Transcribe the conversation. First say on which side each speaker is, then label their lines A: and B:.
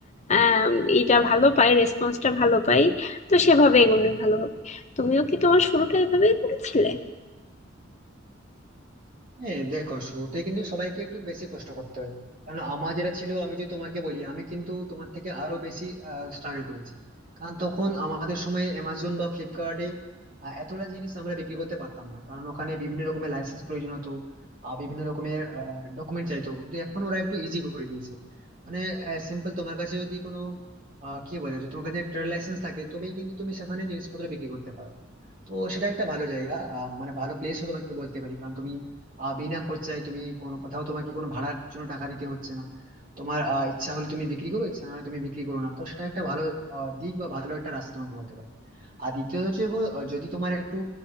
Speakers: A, on the left; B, on the right.
A: আহ এটা ভালো পাই রেসপন্সটা ভালো পাই তো সেভাবে এগোনোই ভালো হবে তুমিও কি তোমার শুরুটা এভাবেই করেছিলে
B: হ্যাঁ দেখো শুরুতে কিন্তু সবাইকে একটু বেশি কষ্ট করতে হয় কারণ আমার যেটা ছিল আমি যদি তোমাকে বলি আমি কিন্তু তোমার থেকে আরো বেশি স্ট্রাগল করেছি কারণ তখন আমাদের সময় অ্যামাজন বা ফ্লিপকার্টে এতটা জিনিস আমরা বিক্রি করতে পারতাম না কারণ ওখানে বিভিন্ন রকমের লাইসেন্স প্রয়োজন হতো আর বিভিন্ন রকমের ডকুমেন্ট চাইতো কিন্তু এখন ওরা একটু ইজি করে দিয়েছে মানে সিম্পল তোমার কাছে যদি কোনো আহ, কি বলে যদি তোমার কাছে ট্রেড লাইসেন্স থাকে তবেই কিন্তু তুমি সেখানে জিনিসপত্র বিক্রি করতে পারো তো সেটা একটা ভালো জায়গা আহ, মানে ভালো প্লেসও তোমাকে বলতে পারি কারণ তুমি আহ, বিনা খরচায় তুমি কোনো কোথাও তোমাকে কোনো ভাড়ার জন্য টাকা দিতে হচ্ছে না তোমার আহ, ইচ্ছা হলে তুমি বিক্রি করো ইচ্ছা না হলে তুমি বিক্রি করো না তো সেটা একটা ভালো আহ, দিক বা ভালো একটা রাস্তা তোমাকে বলতে পারি আর দ্বিতীয়ত হচ্ছে দেখো, আহ, যদি তোমার একটু